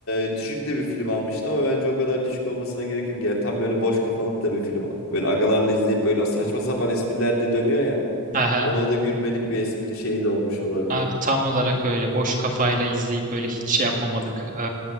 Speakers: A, on the left; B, on the right.
A: e, düşük de bir film almıştı ama bence o kadar düşük olmasına gerek yok. Yani tam böyle boş kafalık da bir film. Böyle agalarla izleyip böyle saçma sapan espriler de dönüyor ya.
B: Aha.
A: Ona da gülmelik bir espri şeyi de olmuş olabilir.
B: Abi tam olarak öyle boş kafayla izleyip böyle hiç şey yapmamalık, eee,